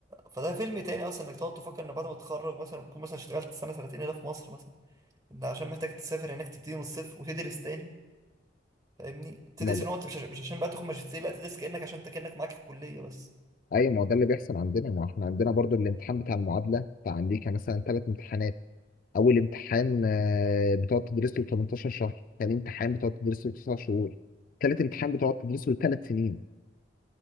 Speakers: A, on the right; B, on the left.
A: فده فيلم تاني أصلا إنك تقعد تفكر إن بعد ما تتخرج مثلا تكون مثلا اشتغلت سنة سنتين هنا في مصر مثلا أنت عشان محتاج تسافر هناك تبتدي من الصفر وتدرس تاني فاهمني تدرس
B: ما ده
A: إن هو أنت مش مش عشان بقى تاخد ماجستير لا تدرس كأنك عشان أنت كأنك معاك الكلية بس
B: ايوه ما هو ده اللي بيحصل عندنا ما احنا عندنا برضو الامتحان بتاع المعادله بتاع امريكا مثلا ثلاث امتحانات اول امتحان آه، بتقعد تدرس له 18 شهر ثاني امتحان بتقعد تدرس له 9 شهور ثالث امتحان بتقعد تدرس له 3 سنين